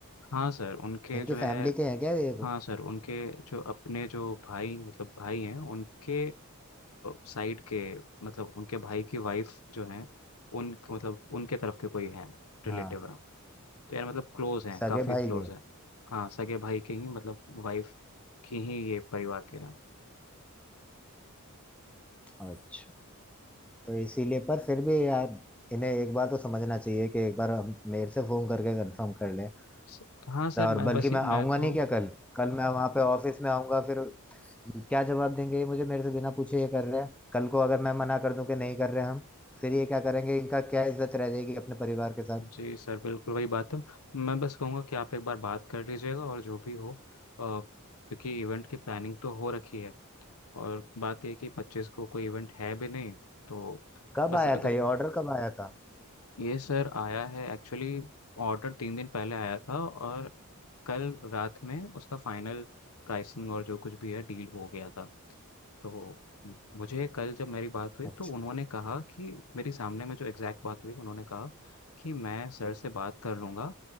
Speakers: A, on the left (about 85°); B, in the centre.
A: हाँ सर उनके
B: इनकी
A: जो है
B: फैमिली के हैं क्या ये को
A: हाँ सर उनके जो अपने जो भाई मतलब भाई हैं उनके साइड के मतलब उनके भाई की वाइफ जो हैं उन मतलब उनके तरफ के कोई हैं रिलेटिव
B: हाँ
A: तो यार मतलब क्लोज हैं
B: सगे
A: काफ़ी
B: भाई
A: क्लोज
B: के
A: हैं हाँ सगे भाई के ही मतलब वाइफ की ही ये परिवार के हैं
B: अच्छा तो इसीलिए पर फिर भी यार इन्हें एक बार तो समझना चाहिए कि एक बार हम मेरे से फोन करके कंफर्म कर लें
A: स- हाँ
B: तो
A: सर
B: और
A: मैं
B: बल्कि
A: बस
B: मैं
A: ही
B: आऊंगा
A: मैं तो
B: नहीं क्या कल कल मैं वहां पे ऑफिस में आऊंगा फिर क्या जवाब देंगे ये मुझे मेरे से बिना पूछे ये कर रहे हैं कल को अगर मैं मना कर दूं कि नहीं कर रहे हम फिर ये क्या करेंगे इनका क्या इज्जत रह जाएगी अपने परिवार के साथ
A: जी सर बिल्कुल वही बात है मैं बस कहूँगा कि आप एक बार बात कर लीजिएगा और जो भी हो अ, क्योंकि इवेंट की प्लानिंग तो हो रखी है और बात यह है कि पच्चीस को कोई इवेंट है भी नहीं तो
B: कब
A: बस
B: आया
A: अगर
B: था ये ऑर्डर कब आया था
A: ये सर आया है एक्चुअली ऑर्डर तीन दिन पहले आया था और कल रात में उसका फाइनल प्राइसिंग और जो कुछ भी है डील हो गया था तो म- मुझे कल जब मेरी बात हुई
B: अच्छा
A: तो उन्होंने कहा कि मेरी सामने में जो एग्जैक्ट बात हुई उन्होंने कहा कि मैं सर से बात कर लूँगा